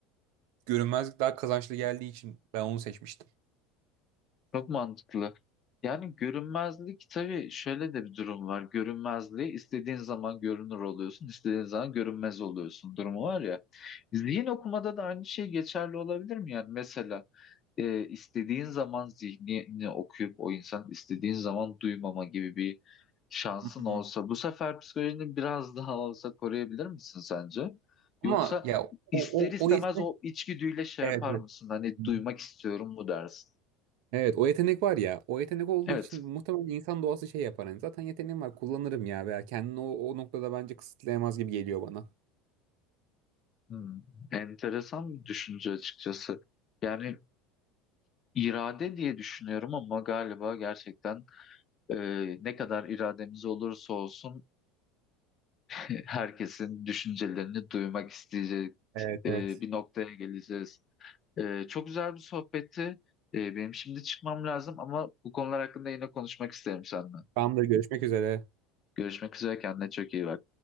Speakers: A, on the right; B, on the left.
A: görünmezlik daha kazançlı geldiği için ben onu seçmiştim.
B: çok mantıklı. Yani görünmezlik tabii şöyle de bir durum var. Görünmezliği istediğin zaman görünür oluyorsun, istediğin zaman görünmez oluyorsun durumu var ya. Zihin okumada da aynı şey geçerli olabilir mi? Yani mesela e, istediğin zaman zihnini okuyup o insan istediğin zaman duymama gibi bir şansın
A: Hmm.
B: olsa bu sefer psikolojini biraz <laughs> daha olsa koruyabilir misin sence? Yoksa
A: Ama ya o,
B: ister
A: o,
B: istemez
A: o yetenek
B: o içgüdüyle şey
A: evet
B: yapar
A: evet.
B: mısın? Hani
A: Hı.
B: duymak istiyorum mu dersin?
A: Evet o yetenek var ya. O yetenek olduğu
B: Evet.
A: için muhtemelen insan doğası şey yapar. Hani zaten yeteneğim var kullanırım ya veya kendini o, o noktada bence kısıtlayamaz gibi geliyor bana.
B: Hmm, enteresan bir düşünce açıkçası. Yani irade diye düşünüyorum ama galiba gerçekten e, ne kadar irademiz olursa olsun e, herkesin düşüncelerini duymak isteyecek
A: Evet
B: e,
A: evet.
B: bir noktaya geleceğiz. E, çok güzel bir sohbetti. E, benim şimdi çıkmam lazım ama bu konular hakkında yine konuşmak isterim seninle.
A: Tamamdır görüşmek üzere.
B: Görüşmek üzere kendine çok iyi bak.